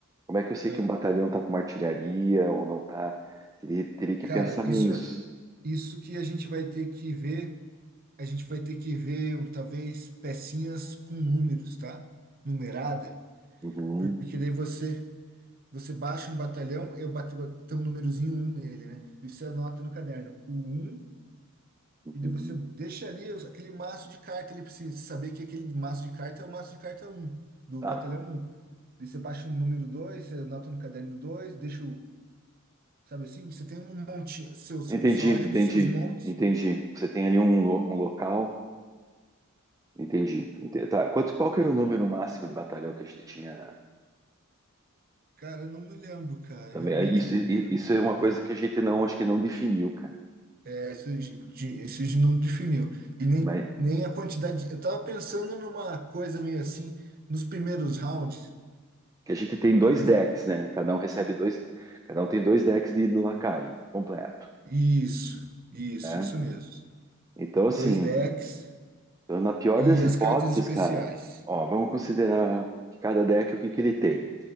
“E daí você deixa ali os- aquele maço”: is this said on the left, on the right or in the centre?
Right